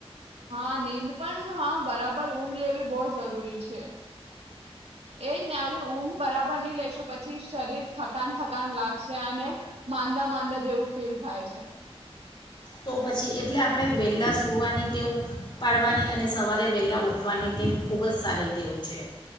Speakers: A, on the right (about 80°); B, on the left (about 50°).
A: હા નીંદ પણ હ બરાબર ઊંઘ લેવી બહ જરૂરી છે, એજ ને અગર ઊંઘ બરાબર નહી લેશું પછી શરીર થકાન થકાન લાગશે અને માંંદા માંંદા જેવું ફીલ થાય છે.
B: તો પછી એટલે આપણે વહેલા સૂવાની વ પાડવાની અને સવારે વહેલા ઉઠવાની તેવ ખૂબ જ સારી ટેવ છે.